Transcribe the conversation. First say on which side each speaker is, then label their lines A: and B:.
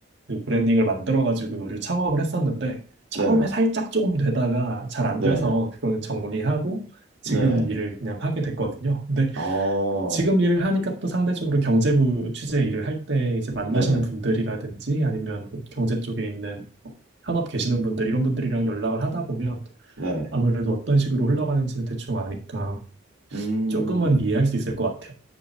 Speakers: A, on the right; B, on the right.
A: 그 브랜딩을 만들어가지고 의류 창업을 했었는데 처음에
B: 네네.
A: 살짝 조금 되다가 잘 안
B: 네.
A: 돼서 그거는 정리하고 지금
B: 네네.
A: 일을 그냥 하게 됐거든요. 근데
B: 어.
A: 지금 일을 하니까 또 상대적으로 경제부 취재 일을 할 때 이제 만나시는
B: 네네.
A: 분들이라든지 아니면 뭐 경제 쪽에 있는 현업 계시는 분들 이런 분들이랑 연락을 하다 보면
B: 네네.
A: 아무래도 어떤 식으로 흘러가는지는 대충 아니까
B: 음,
A: 조금은 이해할 수 있을 것 같아요.